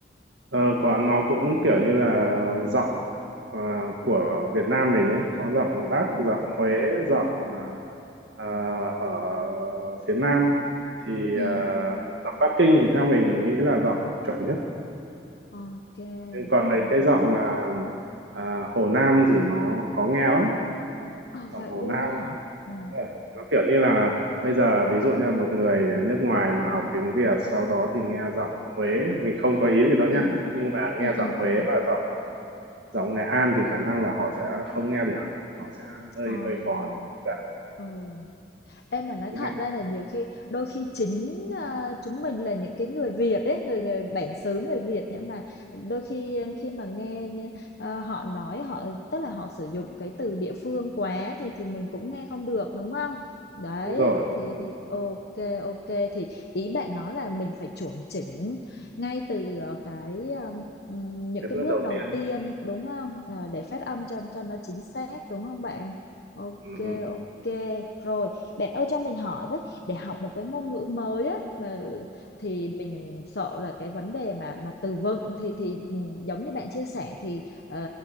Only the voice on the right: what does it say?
Ờ, còn nó cũng kiểu như là giọng à, của Việt Nam mình ấy có giọng Bắc
giọng Huế giọng à, à, ở phía Nam thì
à, giọng Bắc Kinh thì theo mình nghĩ là giọng chuẩn nhất
nhưng còn mấy
cái giọng à, à, Hồ Nam thì nó khó nghe lắm
giọng Hồ
Nam
Yeah. nó kiểu như là bây giờ ví dụ như là một người nước ngoài mà học tiếng Việt sau đó thì nghe giọng Huế mình không có ý gì đâu nhá
nhưng mà nghe
giọng
Huế
và giọng giọng Nghệ An thì khả năng là họ sẽ không nghe được họ sẽ hơi
hơi khó để tiếp cận.
nghe
đúng rồi
cái
bước
đầu
tiên
ấy.
Ừ, ừ,